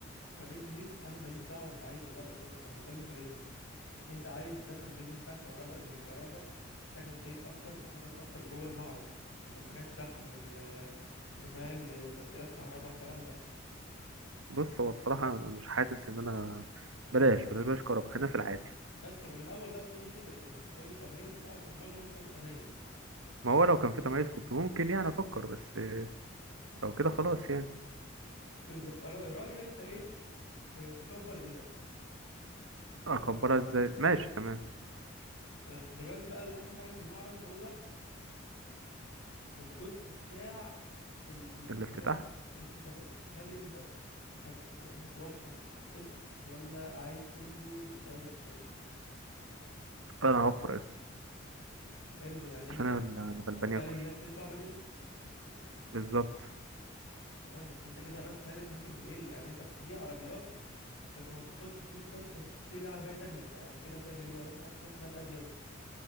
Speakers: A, on the left (about 80°); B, on the right (about 85°).
A: كبيزنس انا ماليش دعوه انت عايز ولا لا رغبتك انا بتكلم كبيزنس انت عايز تدخل البيزنس بتاعك كهرباء لان الكهرباء ده محتاج مصاريف اكتر بحاجات اكتر جوه المعرض لحاجات شحن ل- اللي فاهم لتوكيلات كهرباء الكلام ده
B: بص هو بصراحه أنا مش حاسس ان انا بلاش بلاش بلاش كهرباء خلينا في العادي
A: بس يبقى من الاول بقى تقول لي كده لكن مش هتقول لي تميز بتاع لا مالناش علاقه بالتميز
B: ما هو لو كان في تميز كنت ممكن يعني افكر بس لو كده خلاص يعني
A: بالظبط انا من رايي إن انت ايه آه، تكبر دماغك تمام
B: اكبرها
A: بس
B: ازاي ماشي تمام
A: تمام دلوقتي بقى اخر حاجه في المعرض هو الجزء بتاع ال- الحسابات
B: الافتتاح
A: الحسابات هل انت هت هتوفر قسط ولا عايز كله دايركت كاش
B: انا هوفر قسط
A: حلو يعني انت
B: عشان انا أنا غلبان
A: هتخلي
B: اكل
A: الناس تدفع بالقسط
B: بالظبط
A: تمام بس انت كده راس مالك ممكن تقل يعني انت بتبيع عربيات بس ما بتاخدش فلوس كاش عشان تشتري بيها عربيه تانية فكده هتعمل ايه ولا انت معاك راس مال ازيد